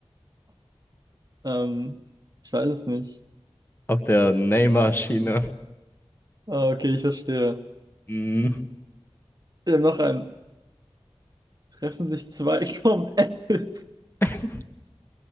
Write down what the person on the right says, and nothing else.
Ähm, ich weiß es nicht.
Ah, okay, ich verstehe.
Ich habe noch einen. Treffen sich zwei, <laughs> kommen elf.